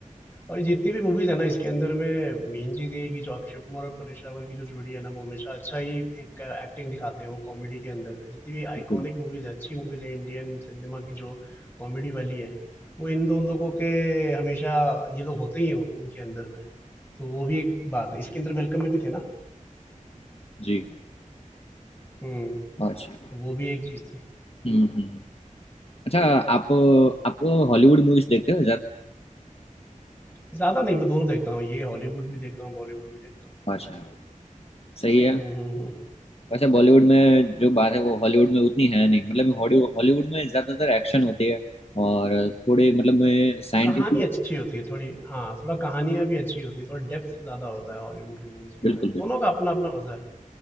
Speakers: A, on the left; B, on the left.
A: और जितनी भी मूवीज़ है ना इसके अंदर में मेन चीज़ ये है कि जो अक्षय कुमार और परेश रावल की जो जोड़ी है ना वो हमेशा अच्छा ही एक एक्टिंग दिखाते हैं वो कॉमेडी के अंदर में। जितनी भी आइकॉनिक
B: बिल्कुल
A: मूवीज़ है, अच्छी मूवीज़ है इंडियन सिनेमा की जो कॉमेडी वाली है, वो इन 2 लोगों के हमेशा ये लोग होते ही हैं उनके अंदर में। तो वो भी एक बात है, इसके अंदर वेलकम में भी थे ना?
B: जी
A: हुँ,
B: अच्छा
A: तो वो भी एक चीज़ थी।
B: हम्म हम्म अच्छा आप आप हॉलीवुड मूवीज देखते हो
A: ज़्यादा नहीं मैं दोनों देखता हूँ, ये हॉलीवुड भी देखता हूँ, बॉलीवुड भी देखता हूँ।
B: अच्छा सही है
A: हुँ, हुँ, हुँ।
B: वैसे बॉलीवुड में जो बात है वो हॉलीवुड में उतनी है नहीं मतलब हॉलीवुड हॉलीवुड में ज्यादातर एक्शन होती है और थोड़े मतलब में साइंटिफिक
A: कहानी अच्छी होती है थोड़ी हाँ, थोड़ा कहानियाँ भी अच्छी होती है, थोड़ा डेप्थ ज़्यादा होता है हॉलीवुड की मूवीज़ के
B: बिल्कुल
A: अंदर में,
B: बिल्कुल
A: दोनों का अपना-अपना मज़ा है।